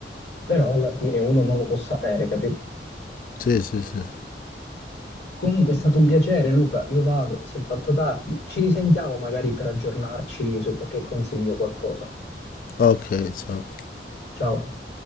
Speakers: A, on the left (about 85°); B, on the left (about 50°).
A: però alla fine uno non lo può sapere, capito?
B: Sì, sì, sì.
A: Comunque è stato un piacere, Luca, io vado, si è fatto tardi, ci risentiamo magari per aggiornarci su qualche consiglio o qualcosa.
B: Ok, ciao.
A: Ciao.